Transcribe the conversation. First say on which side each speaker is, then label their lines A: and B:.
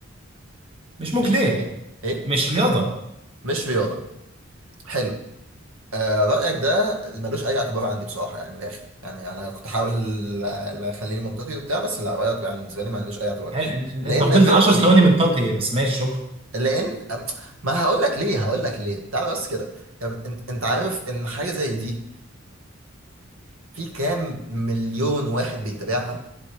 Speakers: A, on the right (about 25°); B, on the right (about 85°).
A: مش مجديه
B: مش إنتاجية إيه؟
A: مش رياضه
B: مش رياضة حلو آه، رأيك ده ملوش أي اعتبار عندي بصراحة يعني من الآخر يعني أنا كنت أحاول آه، أخليني منطقي وبتاع بس لا رأيك يعني بالنسبة لي ملوش أي اعتبار
A: هل إن- إن-
B: لأن
A: انت فضلت
B: الرياضة
A: 10 ثواني
B: دي
A: من طاقي بس ماشي شكرا
B: لان أم- ما هقول لك ليه هقول لك ليه تعال بس كده انت انت عارف ان حاجه زي دي في كام مليون واحد بيتابعها